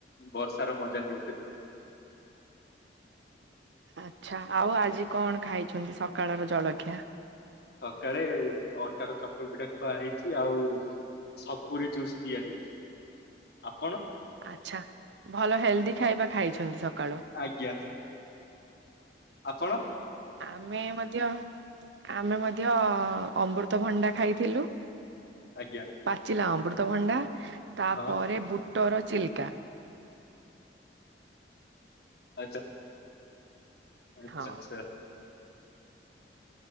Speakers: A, on the left; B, on the right.
A: ବର୍ଷାର ମଜା ନେଉଥୁଲୁ।
B: ଆଚ୍ଛା ଆଉ ଆଜି କଣ ଖାଇଛନ୍ତି ସକାଳର ଜଳଖିଆ।
A: ସକାଳେ ଅଟାର ଚକୁଳି ପିଠା ଖୁଆହେଇଛି ଆଉ ସପୁରି ଜୁସ୍ ପିଆ ହେଇଛି ଆପଣ
B: ଆଚ୍ଛା ଭଲ ହେଲ୍ଦି ଖାଇବା ଖାଇଛନ୍ତି ସକାଳୁ।
A: ଆଜ୍ଞା। ଆପଣ
B: ଆମେ ମଧ୍ୟ ଆମେ ମଧ୍ୟ ଅମୃତଭଣ୍ଡା ଖାଇଥିଲୁ।
A: ଆଜ୍ଞା।
B: ପାଚିଲା ଅମୃତଭଣ୍ଡା ତାପରେ
A: ହଁ
B: ବୁଟର ଚିଲିକା
A: ଆଚ୍ଛା। ଆଚ୍ଛା
B: ହଁ
A: ଚ୍ଛା।